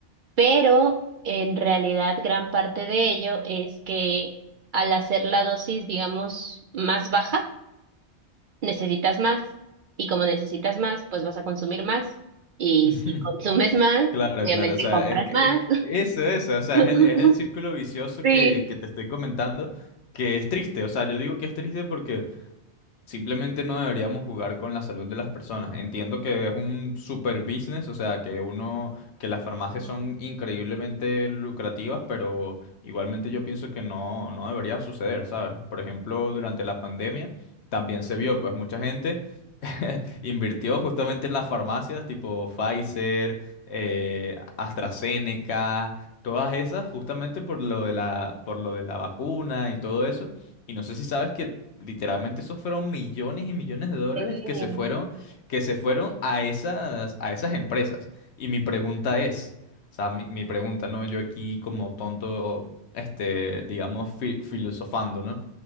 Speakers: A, on the right; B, on the left.
A: Pero en realidad gran parte de ello es que al hacer la dosis, digamos, más baja, necesitas más. Y como necesitas más, pues vas a consumir más. Y
B: <laughs>
A: si consumes más,
B: Claro,
A: obviamente
B: claro, o sea,
A: compras
B: es que
A: más.
B: es que eso, eso, o sea,
A: <laughs>
B: es el, es el círculo vicioso
A: Sí,
B: que, que te estoy comentando, que es triste, o sea, yo digo que es triste porque simplemente no deberíamos jugar con la salud de las personas. Entiendo que es un super business, o sea, que uno, que las farmacias son increíblemente lucrativas, pero igualmente yo pienso que no, no debería suceder, ¿sabes? Por ejemplo, durante la pandemia también se vio, pues mucha gente invirtió justamente en las farmacias tipo Pfizer, eh, AstraZeneca, todas esas, justamente por lo de la, por lo de la vacuna y todo eso. Y no sé si sabes que literalmente esos fueron millones y millones de dólares
A: Sí.
B: que se fueron, que se fueron a esas, a esas empresas. Y mi pregunta es, o sea, mi, mi pregunta, ¿no? Yo aquí como tonto, este, digamos, fi- filosofando, ¿no?